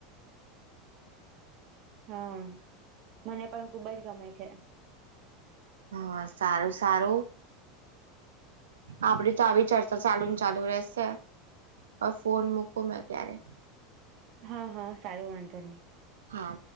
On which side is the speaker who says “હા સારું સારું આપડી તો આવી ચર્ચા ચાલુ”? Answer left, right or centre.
Right